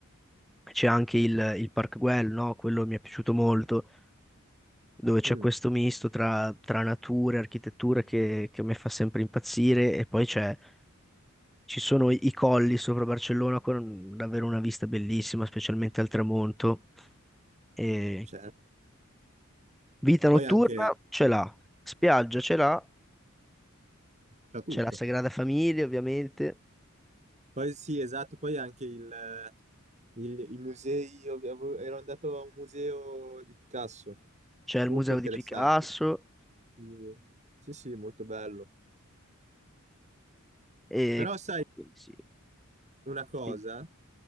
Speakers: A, in the centre; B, on the right.
A: C'è anche il, il Park Güell, no? Quello mi è piaciuto molto, dove c'è
B: Mm,
A: questo misto tra, tra natura e architettura che, che a me fa sempre impazzire. E poi c'è, ci sono i, i colli sopra Barcellona con davvero una vista bellissima, specialmente al tramonto. E
B: certo.
A: vita
B: Poi
A: notturna
B: anche
A: ce l'ha, spiaggia ce l'ha,
B: c'è tutto.
A: c'è la Sagrada Famiglia ovviamente.
B: Poi sì, esatto, poi anche il, il- i musei, io avevo- ero andato a un museo di Picasso,
A: C'è il
B: molto
A: museo
B: interessante.
A: di Picasso
B: Sì, sì, sì, molto bello.
A: e
B: Però sai,
A: quindi sì.
B: una cosa.
A: Sì.